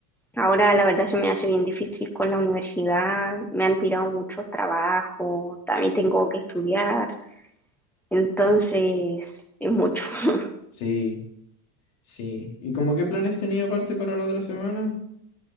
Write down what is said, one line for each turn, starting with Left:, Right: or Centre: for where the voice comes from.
Centre: ahora la verdad se me hace bien difícil con la universidad, me han tirado muchos trabajos, también tengo que estudiar, entonces es mucho. <laughs>
Left: sí, sí. ¿Y como qué planes tenía aparte para la otra semana?